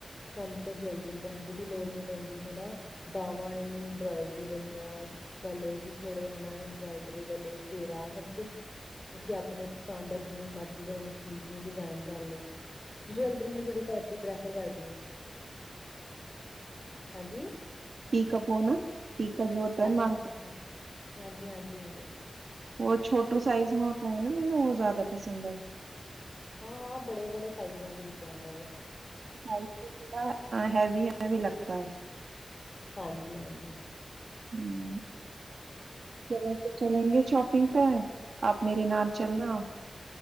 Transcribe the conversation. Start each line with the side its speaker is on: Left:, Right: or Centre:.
Left: ਸਾਨੂੰ ਤਾਂ ਜੁਵੈਲਰੀ ਪਾਉਣ ਦੀ ਵੀ ਲੋੜ ਨਹੀਂ। ਪੈਂਦੀ ਹਨਾ। ਬਾਾਹਵਾਂ ਇਹਨੀ ਇੰਬਰਾੋਇਡਰੀ। ਬਵਲੀਆਂ। ਗਲੇ ਵੀ ਥੋੜੇ ਹਨਾ। ਰੀ ਵਾਲੇ ਘੇਰਾ ਸਭ ਕੁਛ ਤੁਸੀਂ ਆਪਣੇ ਪਸੰਦ ਦਾ ਜਿਵੇਂ ਮਰਜ਼ੀ ਤੁਾਨੂੰ ਚੀਜ਼ ਨੂੰ ਡਿਜ਼ਾਇਨ ਕਰ ਲਓ। ਜਵੈਲਰੀ ਮੈਂ ਤੁਥਹਾੀ ਪਾਰਟੀ ਪ੍ਰੈਫਰ ਕਰਦੀ ਹਾਂ। ਹਾਂਜੀ।
Right: ਪਟੀਕ ਪਣਾਕ।
Left: ਅੱਛਾ ਅੱਛਾ ਅੱਛਾ ਹਾਂਜੀ ਹਾਂਜੀ ਹਾਂਜੀ
Right: ਉਹ ਛੋਟੋ ਸਾਈਜ਼ ਮੈਂ ਹੋ ਹੈ ਨਾ ਮੈ ਜ਼ਿਆਦਾ ਪਸੰਦ ਹੈ।
Left: ਹਾਂ ਹਾਂ ਬੜੇ ਬੜੇ ਸਾਈਜ਼ਾਂ ਚ ਵਿੱਚ ਆਂਦੇ।
Right: ਜੜਾ ਹੈਵੀ ਹੈਵੀ ਲੱਗਦਾ ਹੈ।
Left: ਹਾਂਜੀ ਹਾਂਜੀ।
Right: ਹੂ। ਬੜਾ ਕੁਝ। ਚਲਗੇ ਸ਼ੋਪਿੰਗ ਪੇ ਆਪ ਮੇਰੇ ਨਾਲ ਚਲਣਾ